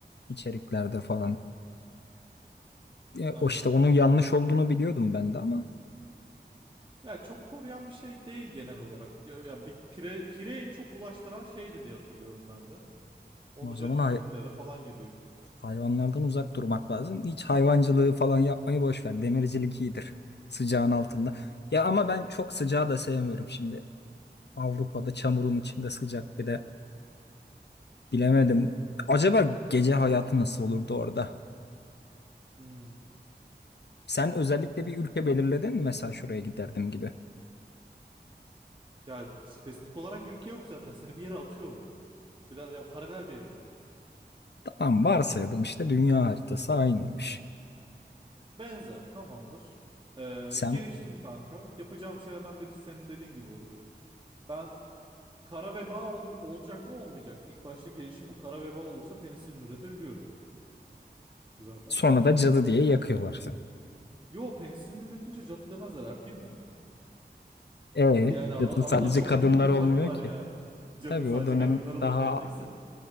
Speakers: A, on the left (about 75°); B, on the right (about 25°).
A: içeriklerde falan. E,
B: aynen.
A: o işte onun yanlış olduğunu biliyordum ben de ama
B: Ya çok koruyan bir şey değil genel olarak. Ya, ya bir pire, pire en çok bulaştıran şeydi diye hatırlıyorum ben de. Onun
A: o
B: dışında
A: zaman
B: tükürüklerle falan gidiyor.
A: Hayvanlardan uzak durmak lazım. Hiç hayvancılığı falan yapmayı boş ver. Demircilik iyidir. Sıcağın altında. Ya ama ben çok sıcağı da sevmiyorum şimdi. Avrupa'da çamurun içinde sıcak bir de bilemedim. Acaba gece hayatı nasıl olurdu orada?
B: Hmm.
A: Sen özellikle bir ülke belirledin mi mesela şuraya giderdim gibi?
B: Ya spesifik olarak ülke yok zaten. Seni bir yere atıyor bu. Bir de- ya paralel bir evren.
A: Tamam varsayalım işte dünya haritası aynıymış.
B: Benzer tamamdır. Ee,
A: Sen
B: giriştim kanka. Yapacağım şeylerden birisi senin dediğin gibi olur. Ben Kara veba ol- olacak mı olmayacak mı? İlk başta gelişim o. Kara veba olursa penisilin üretebiliyorum zaten.
A: sonra da cadı diye yakıyorlar seni.
B: Yo penisilin üretince cadı demezler. Erkeğim ben oğlum.
A: E
B: <laughs> Yani ara-
A: cadı
B: arada
A: sadece
B: çok
A: kadınlar
B: büyük bir fark
A: olmuyor
B: var
A: ki.
B: yani. Cadı
A: Tabii
B: sadece
A: o dönem
B: kadınlar oluyor
A: daha
B: neredeyse.